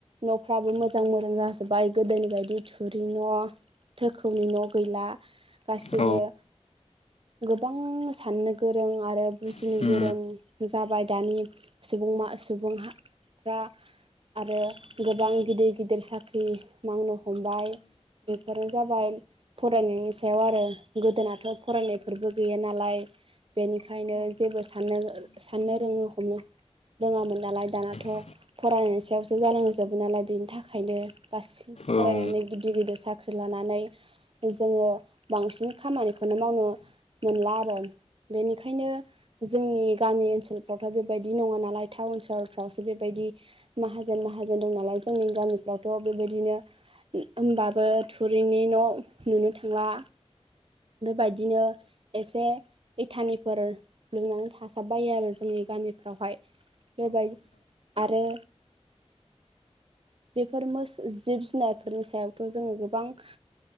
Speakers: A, on the right; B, on the left.
A: न'फ्राबो मोजां मोजां जाजोब्बाय गोदोनि बायदि थुरि न' थोखौनि न' गैला गासिबो
B: औ
A: गोबां साननो गोरों आरो बुजिनो
B: नोंथां
A: गोरों जाबाय। दानि सुबुं मा सुबुंफ्रा आरो गोबां गिदिर गिदिर साख्रि मावनो हमबाय। बेफोरो जाबाय फरायनायनि सायाव आरो गोदोनाथ' फरायनायफोरबो गैया नालाय। बेनिखायनो जेबो साननो साननो रोङो हमनो रोङामोन नालाय। दानाथ'
B: औ
A: फरायनाय सायावसो जानांजोबो नालाय बेनि थाखायनो गासिबो
B: औ
A: फरायनानै गिदिर गिदिर साख्रि लानानै जोङो बांसिन खामानिखौनो मावनो मोनला आरो बेनिखायनो जोंनि गामि ओनसोल फावथ' बेबायदि नङा नालाय टाउन सहरफ्रावसो बेबायदि माहाजोन माहाजोन दं नालाय जोंनि गामिफ्रावथ' बेबायदिनो होनोमबाबो थुरिनि न' नुनो थांला। बेबायदिनो एसे इथानिफोर लुनानै थासाब बायो आरो जोंनि गामिफ्रावहाय बेबायदि आरो बेफोरो जिब जुनारफोरनि सायावथ' जोङो गोबां